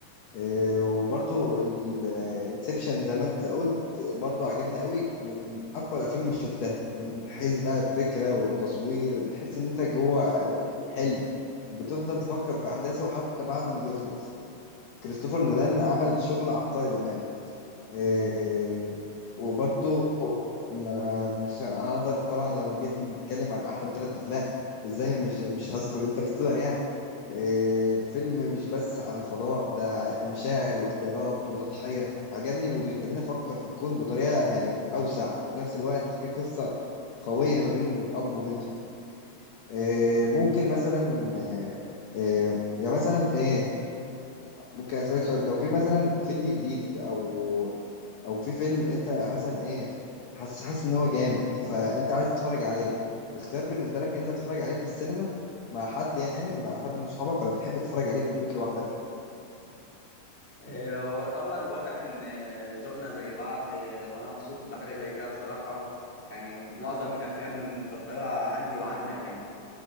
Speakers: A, on the left; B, in the centre.
A: آه، وبرضه الانسبشن زي ما انت قلت برضه عجبني قوي من اقوى الافلام اللي شفتها من حيث بقى الفكره والتصوير بتحس ان انت جوه آه، حلم بتفضل تفكر في احداثه حتى بعد ما بيخلص كريستوفر نولان عمل شغل عبقري بامانه إيه وبرضه ما مش هقدر طبعا لو جيت نتكلم عن احسن ثلاث افلام ازاي مش مش هذكر انترستيلر يعني إيه فيلم مش بس عن الفضاء ده مشاعر واختيارات وتضحيه عجبني انه بيخليني افكر في الكون بطريقه يعني اوسع وفي نفس الوقت في قصه قويه ما بين اب وبنته إيه ممكن مثلا إيه إيه يعني مثلا ايه ممكن اسالك سؤال لو في مثلا فيلم جديد او او في فيلم انت مثلا ايه حاسس حاسس ان هو جامد فانت عايز تتفرج عليه اختيار بالنسبه لك انت تتفرج عليه في السينما مع حد يعني مع حد من صحابك ولا بتحب تتفرج عليه في البيت لوحدك
B: آه، هو الأول واضح إن آه، ذوقنا زي بعض آه، وأنا مبسوط بحاجة زي كده بصراحة يعني معظم الأفلام المفضلة عندي وعندك يعني